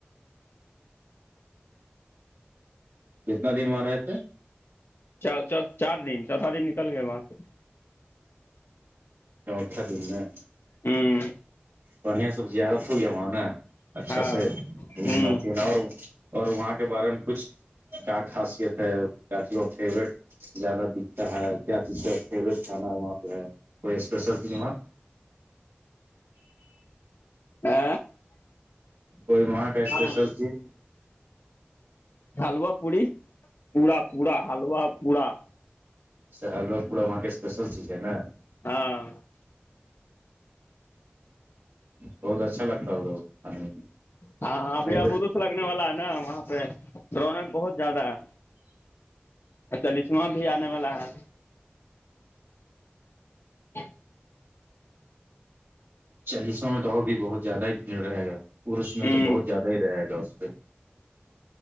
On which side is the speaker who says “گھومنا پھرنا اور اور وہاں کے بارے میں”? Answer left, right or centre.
Right